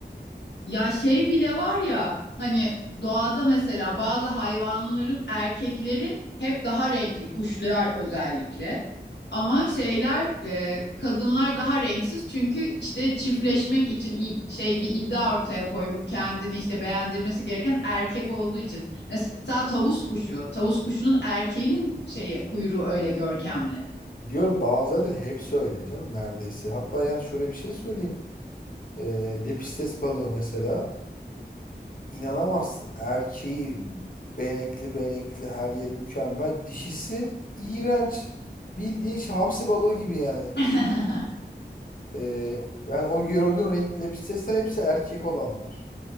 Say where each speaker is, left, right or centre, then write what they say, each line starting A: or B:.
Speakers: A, on the left; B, on the left.
A: Ya şey bile var ya hani doğada mesela bazı hayvanların erkekleri hep daha renkli kuşlar özellikle. Ama şeyler e, kadınlar daha renksiz çünkü işte çiftleşmek için i- şey bir iddia ortaya koyup kendini işte beğendirmesi gereken erkek olduğu için. Mesela tavus kuşu, tavus kuşunun erkeğinin şeye kuyruğu öyle görkemli.
B: Biliyorum bazıları da hepsi öyle canım neredeyse. Hatta yani şöyle bir şey söyleyeyim. Ee, lepistes balığı mesela inanamazsın. Erkeği benekli benekli her yeri mükemmel. Dişisi iğrenç. Bildiğin şey, hamsi balığı gibi yani.
A: <laughs>
B: Ee, yani o gördüğün renkli lepistesler hepsi erkek olanlar.